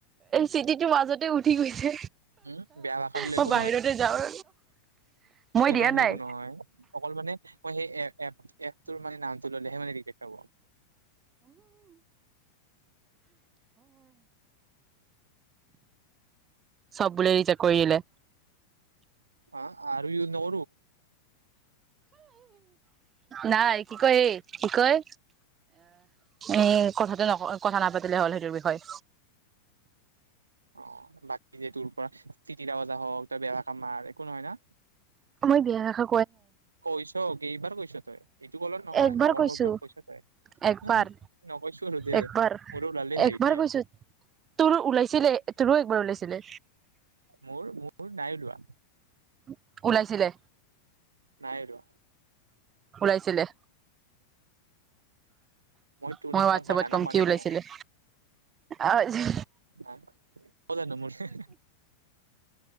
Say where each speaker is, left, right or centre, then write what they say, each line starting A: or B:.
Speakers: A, on the right (about 25°); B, on the right (about 75°).
A: চিটিটো মাজতে উঠি গৈছে
B: উম বেয়া ভাষা দিলে
A: মই
B: একো
A: বাহিৰতে যাওঁ দিয়া
B: মাৰ
A: নাই
B: একো নহয় অকল মানে মই সেই এপ এক তোৰ মানে নামটো ললেহে মানে ৰি দেখাব
A: চব বোলে দিছে কৰি দিললে
B: অ আৰু ই ন
A: নাই কি কয় হ কি কয় এ কথাটো নক কথা নাপাতিলে হ'ল সেইটোৰ বিষয়ে
B: অ বাকী যে তোৰ পৰা চিটিৰে বজা হওক তই বেৱ কামাৰ একো নহয় ন
A: মই বেয়া ৰাষা
B: কৈছক গ এইবাৰ কৈছ তই এইটো কলত নহয়
A: একবাৰ
B: আগৰ
A: কৈছো।
B: কলবোৰত কৈছ তই
A: একবাৰ
B: নকৈছ আৰু দেই
A: একবাৰ
B: মোৰো ওলালেই হয়
A: একবাৰ
B: এতিয়া
A: কৈছো তোৰো ওলাইছিলে তোৰো একবাৰ ওলাইছিলে
B: মোৰ মোৰ নাই ওলোৱা
A: উ ওলাইছিলে
B: নাই ওলোৱা
A: ওলাইছিলে
B: তোৰ
A: মই
B: নিচিনা
A: হোৱাটছপত
B: বানানা
A: কম
B: খোৱা
A: কি
B: নাই
A: ওলাইছিলে
B: নহয়
A: আৰু
B: ক জানো মোৰ